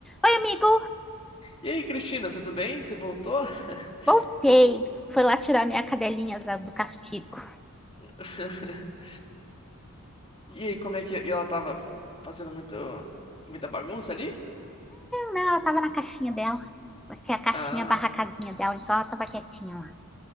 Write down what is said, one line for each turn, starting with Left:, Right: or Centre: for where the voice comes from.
Centre: Oi, amigo,
Left: E aí, Cristina, tudo bem? Você voltou? <laughs>
Centre: voltei.
Left: Como-
Centre: Foi lá tirar minha cadelinha da- do castigo.
Left: <laughs> E aí, como é que e ela tava fazendo muito, muita bagunça ali?
Centre: Não, ela tava na caixinha dela, que é a caixinha
Left: Ah,
Centre: barra casinha dela, então ela tava quietinha lá.